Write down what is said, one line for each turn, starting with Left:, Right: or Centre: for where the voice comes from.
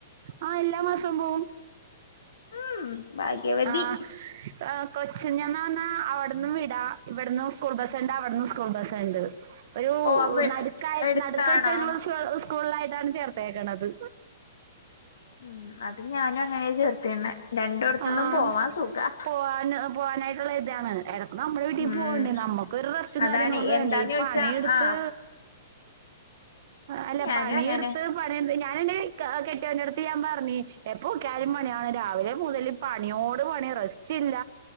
Right: ആഹ് എല്ലാ മാസം പോവും
Left: ഉം ഭാഗ്യവതി
Right: ആഹ് കൊച്ചിന്ന്ന്ന്പർണാ അവിട്ന്നും വിടാ ഇവിട്ന്നു സ്കൂൾ ബസ്ണ്ട് അവ്ട്ന്നു സ്കൂൾ ബസ്സ്ണ്ട് ഒരു
Left: ഓ അപ്പൊ
Right: നട്ക്കായി
Left: എടുത്താണോ
Right: നട്ക്കായ്ട്ട്ള്ള സ് സ്കൂൾലായ്ട്ടാണ് ചേർത്തേക്കണത്
Left: ഉം അത് ഞാനും അങ്ങനെ ചേർത്തിണ്ണേ രണ്ടോട്ത്തുന്നും
Right: ആഹ്
Left: പോവാ സുഖാ
Right: പോവാന് പോവാനായ്ട്ട്ള്ള ഇത്യാണ് എടക്ക് നമ്മുടെ വീട്ടീ
Left: ഉം
Right: പോവണ്ടേ നമ്മുക്കൊരു റസ്റ്റും
Left: അതാണ്
Right: കാര്യങ്ങളൊക്കെ
Left: എന്താന്ന്
Right: വേണ്ടേ ഈ
Left: ചോയിച്ചാ
Right: പണിയെടുത്ത്
Left: ആഹ്
Right: അല്ല
Left: ഞാനും
Right: പണിയെടുത്ത്
Left: അങ്ങനെ
Right: പണിയെട് ഞാന് എന്റെ ഇക്ക കെട്ടിയന്റെടുത്ത് ഞാൻ പറഞ് എപ്പൊ നോകിയാലും പണിയാണ് രാവിലെ മുതൽ പണിയോട് പണി റെസ്റ്റ് ഇല്ല